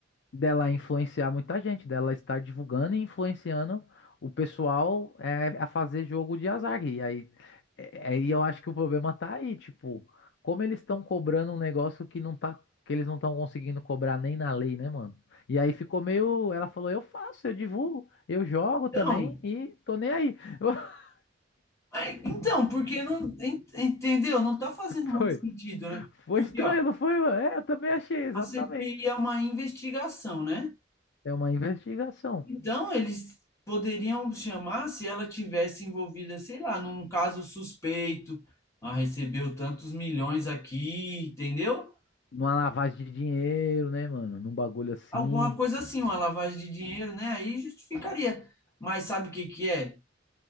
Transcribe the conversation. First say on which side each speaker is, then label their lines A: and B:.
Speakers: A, on the left; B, on the left.
A: dela influenciar muita gente, dela estar divulgando e influenciando o pessoal é, a fazer jogo de azar. E aí, é, aí eu acho que o problema tá aí, tipo, como eles estão cobrando um negócio que não tá, que eles não estão conseguindo cobrar nem na lei, né, mano? E aí ficou meio, ela falou, eu faço, eu divulgo, eu jogo também
B: Então,
A: e tô nem aí. <laughs>
B: é, então, porque não, en- entendeu? Não está fazendo muito
A: Foi,
B: sentido, né?
A: foi
B: Porque,
A: estranho,
B: ó,
A: não foi, mano? É, eu também achei, exatamente.
B: a CPI é uma investigação, né?
A: É uma investigação.
B: Então, eles poderiam chamar se ela tivesse envolvida, sei lá, num caso suspeito, ah, recebeu tantos milhões aqui, entendeu?
A: Numa lavagem de dinheiro, né, mano? Num bagulho assim.
B: alguma coisa assim, uma lavagem de dinheiro, né? Aí justificaria. Mas sabe o que que é?